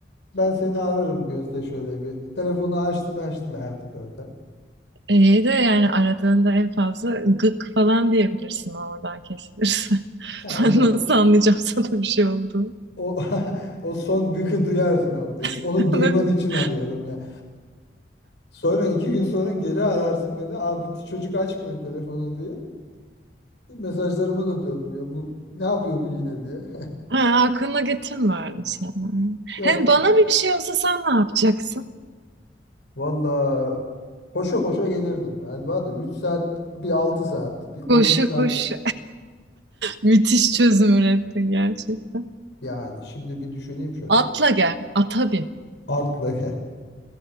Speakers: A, on the left; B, on the right.
A: Ben seni ararım Gözde şöyle bir. Telefonu açtım açtım artık orada.
B: İyi de yani aradığında en fazla gık falan diyebilirsin oradan kesilirse. <laughs>
A: Ya o
B: Ben
A: da
B: nasıl anlayacağım sana bir şey oldu?
A: o <laughs> o son gıkı duyarsın orada işte.
B: <laughs>
A: Onu duyman için arıyorum ya. Sonra iki gün sonra geri ararsın beni. Abi bu çocuk açmıyor telefonu diye. Mesajlarıma da dönmüyor. Bu ne yapıyor bu yine diye.
B: Ha, aklına getirme öyle şeyler.
A: <laughs> Yok.
B: Hem bana bir şey olsa sen ne yapacaksın?
A: Valla koşa koşa gelirdim galiba da 3 saat bir 6 saat bir
B: Koşa
A: on iki saat
B: koş Müthiş çözüm ürettin gerçekten.
A: Yani şimdi bir düşüneyim şöyle.
B: Atla gel, ata bin.
A: Atla.